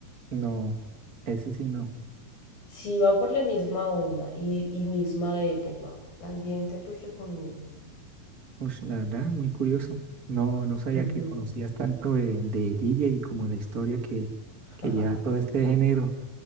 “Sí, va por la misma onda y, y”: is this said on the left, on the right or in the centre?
Left